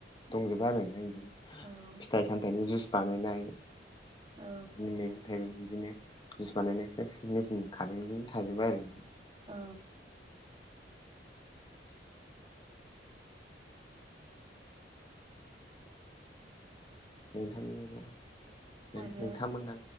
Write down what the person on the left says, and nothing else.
दंजोबो आरो नोंथां इदिनो
फिथाइ सामथाइनि जुइस बानायनाय बिदिनो
मैगं थाइगं बिदिनो जुइस बानायनाय सेस मेचिन कारेन्टजों थाजोबो आरोना
नोंथांनि मा नोंथांमोना